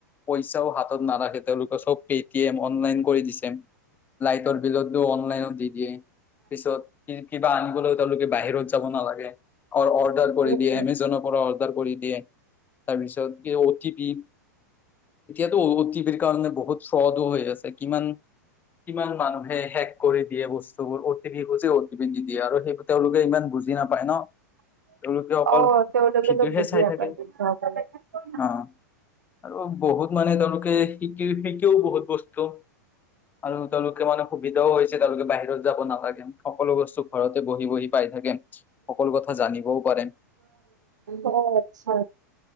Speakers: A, on the left (about 20°); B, on the right (about 80°).
A: পইচাও হাত ত নাৰাখে। তেওঁলোকে চব পেটিয়েম অনলাইন কৰি দিছে। লাইটৰ বিলতো অনলাইনত দি দিয়ে। পিছত কিবা আনিবলৈও তেওঁলোকে বাহিৰত যাব নালাগে। অৰ অৰ্ডাৰ কৰি
B: উম,
A: দিয়ে,
B: উম,
A: এমেজনৰ পৰা অৰ্ডাৰ কৰি দিয়ে। তাৰপিছত কি অ টি পি ত অ টি পিৰ কাৰণে বহুত ফ্ৰদো হৈ আছে। কিমান, কিমান মানুহে হেক কৰি দিয়ে বস্তুবোৰ। অ টি পি খুজে, অ টি পি দি দিয়ে। আৰু সেই তেওঁলোকে ইমান বুজি নাপায় ন। তেওঁলোকে অকল
B: অ, তেওঁলোকেটো
A: ভিডিঅ'হে
B: বুজি
A: চাই
B: নাপাই
A: থাকে
B: <unintelligible>
A: অ। আৰু বহুত মানে তেওঁলোকে শিকি শিকিও বহুত বস্তু, আৰু তেওঁলোকে মানে সুবিধাও হৈছে তেওঁলোকে বাহিৰত যাব নালাগে। সকলো বস্তু ঘৰতে বহি বহি পাই থাকে। সকলো কথা জানিবও পাৰে।
B: অহ আচ্ছা।